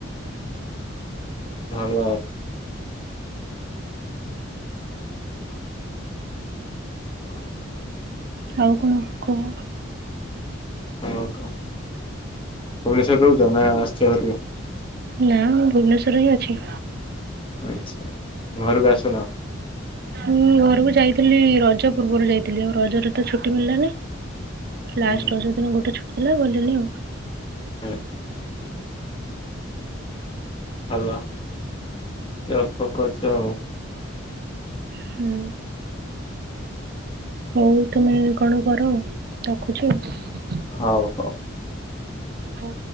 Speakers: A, on the left; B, on the right.
A: ଭଲ ହ <inaudible>
B: ଆଉ କଣ କୁହ?
A: ହ କହ ଭୁବନେଶ୍ଵରରୁ ରହୁଛ, ନା ଆସିଛ ଘରକୁ
B: ନା ମୁଁ ଭୁବନେଶ୍ଵରରେ ହିଁ ଅଛି।
A: ଆଛା, ଘରକୁ ଆସୁନ
B: ମୁଁ ଘରକୁ ଯାଇଥିଲି ରଜ ପୂର୍ବରୁ ଯାଇଥିଲି ଆଉ ରଜରେ ତ ଛୁଟି ମିଳିଲାନି। ଲାଷ୍ଟ
A: ହୁଁ
B: ରଜ ଦିନ ଗୋଟେ ଛୁଟି ଥିଲା, ଗଲିନି ଆଉ
A: ହୁଁ ହାଲୋ। ଆ କରଛଉ
B: ହୁଁ
A: <unintelligible>
B: ହଉ ତମେ କଣ କର, ରଖୁଛି ଆଉ
A: ହଉ ହଉ।
B: ହଁ